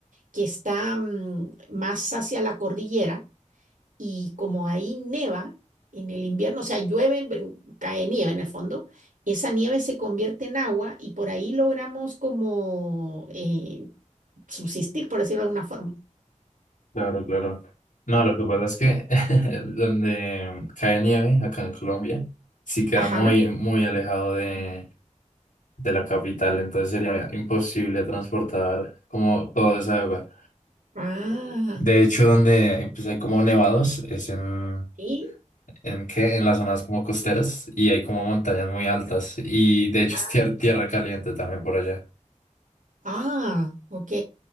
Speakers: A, on the right; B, on the left.
A: que está mm, más hacia la cordillera. Y como ahí neva en el invierno, o sea, llueve, ven- cae nieve en el fondo, esa nieve se convierte en agua y por ahí logramos como eh, subsistir, por decirlo de alguna forma.
B: Claro, claro. No, lo que pasa es que <laughs> donde cae nieve, acá en Colombia, sí queda
A: Ajá.
B: muy, muy alejado de, de la capital, entonces sería imposible transportar como toda esa agua.
A: Ah,
B: De hecho, donde pues, hay como nevados es en,
A: sí.
B: ¿en qué? En las zonas como costeras y hay como montañas muy altas y de hecho
A: Ah,
B: es tier- tierra caliente también por allá.
A: ah, ok,